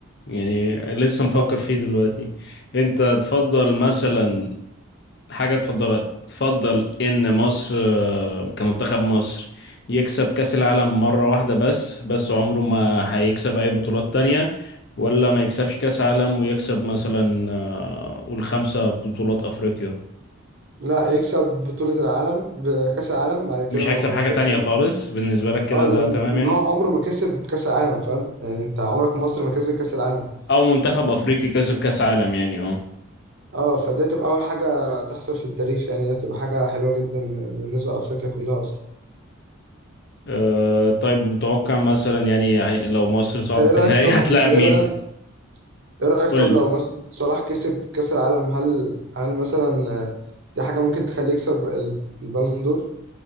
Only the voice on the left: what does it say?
يعني لسه مفكر
فيه دلوقتي انت تفضل مثلا حاجة تفضلها تفضل ان مصر آه، كمنتخب مصر يكسب كأس العالم مرة واحدة بس بس عمره ما هيكسب اي بطولات تانية ولا ما يكسبش كأس عالم ويكسب مثلا آه، قول خمسة بطولات افريقيا
مش هيكسب
حاجة
تانية خالص
بالنسبة لك كده
ده تمام
يعني
او منتخب افريقي كسب كأس عالم يعني اه
أه طيب متوقع مثلا يعني هي- لو مصر صعدت
النهائي
<laughs> هتلاعب
مين؟
قول
لي